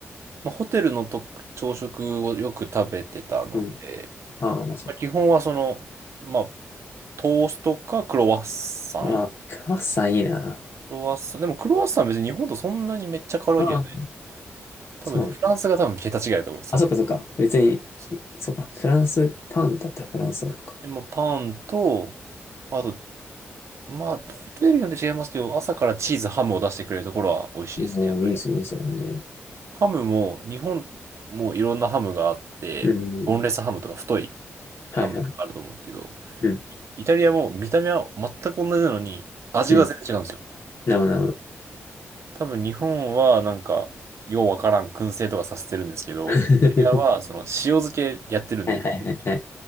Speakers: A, on the right; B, on the left.
A: まあ、ホテルのと朝食をよく食べてたので、
B: うん。ああ、まあ、そっか。
A: まあ、基本はその、まあ、トーストかクロワッサンク
B: ああ、クロワッサンいいな。
A: ロワッサン。でもクロワッサンは別に日本とそんなにめっちゃ変わるわけじゃない。
B: ああ、
A: 多分ね、
B: そうなの。
A: フランスが多分桁違いだと思う、多分。
B: あ、そっかそっか。別に、
A: そう。
B: そっか。フランス、パンだったらフランスなのか。
A: で、まあ、パンと、まあと、まあ、ホテルによって違いますけど、朝からチーズ、ハムを出してくれるところは美味しいですね、
B: もういいですね、
A: やっぱり。
B: それはね。
A: ハムも、日本もいろんなハムがあって、
B: うん。
A: ボンレスハムとか太い
B: はいはい。
A: ハムがあると思うんですけど、
B: うん。
A: イタリアも見た目は全く同じなのに、味が全然違うんですよ。
B: うん。なるほど、なるほど。
A: 多分日本はなんか、ようわからん燻製とかさせてるんですけど、
B: <laughs>
A: イタリアはその塩漬けやってるんで、
B: はいはいはいはい。
A: 基本的に